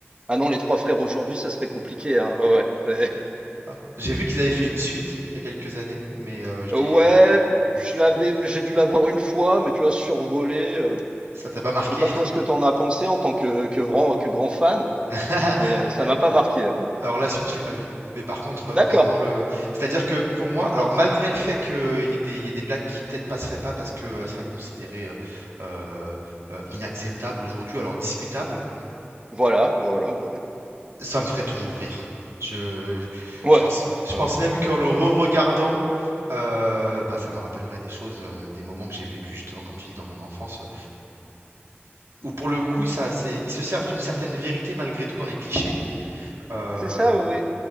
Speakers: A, on the right; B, on the right.
A: Ah non, les trois frères aujourd'hui, ça serait compliqué, hein. Ouais, ouais. c'est-
B: Ah, j'ai vu qu'ils avaient fait une suite il y a quelques années, mais heu,
A: <laughs>
B: je
A: Ouais,
B: l'ai
A: je l'avais, j'ai dû la voir une fois, mais tu vois, survolé. euh,
B: ça t'a pas marqué?
A: Je sais pas toi ce que tu en as pensé en tant que, que grand, que grand fan,
B: <laughs>
A: mais euh, ça m'a pas marqué. hein.
B: Alors la suite, je l'ai pas vue, mais par contre,
A: D'accord.
B: vraiment le c'est-à-dire que pour moi alors malgré le fait qu'il y ait des il y ait des blagues qui peut-être passeraient pas parce qu'elles seraient considérées, heu heu heu, inacceptables aujourd'hui, alors discutables.
A: Voilà, voilà, ouais.
B: Ça me ferait toujours rire. Je
A: Ouais,
B: je pense je
A: euh,
B: pense même qu'en le re-regardant, heu, bah, ça me rappellerait des choses, heu, des moments que j'ai vécu justement comme tu dis dans mon enfance, heu où pour le coup, ça c'est ils se servent d'une certaine vérité malgré tout dans les clichés, heu
A: c'est ça, oui,